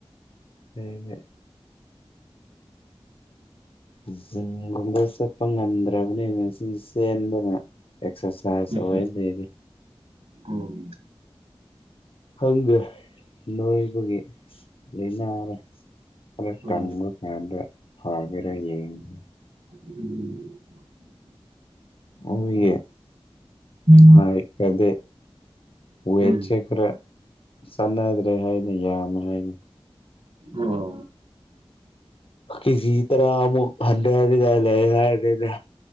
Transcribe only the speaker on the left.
ꯐꯩꯌꯦꯅꯦ ꯖꯤꯝꯒꯨꯝꯕ ꯆꯠꯄ ꯉꯝꯗ꯭ꯔꯕꯅꯤꯅ ꯁꯤ ꯆꯦꯟꯕꯅ ꯑꯦꯛꯁꯔꯁꯥꯏꯁ
ꯑꯣꯏ ꯂꯩꯔꯦ
ꯈꯪꯗꯦ ꯅꯣꯏꯕꯒꯤ ꯂꯩꯟꯅꯔ ꯈꯥꯔ
ꯀꯪꯕ ꯀꯪꯗ ꯐꯒꯦꯔ ꯌꯦꯡꯂꯒꯦ
<unintelligible>
ꯍꯥꯏ <unintelligible> ꯋꯦꯠꯆꯦ
ꯈꯥꯔ ꯆꯥꯟꯅꯗ꯭ꯔꯦ ꯍꯥꯏꯅꯦ ꯌꯥꯝꯃꯦ ꯍꯥꯏꯅꯦ
ꯀꯤꯖꯤ ꯇꯔꯥꯃꯨꯛ ꯍꯟꯗꯅꯤꯡꯉꯥꯏ ꯂꯩ ꯍꯥꯏꯅꯦ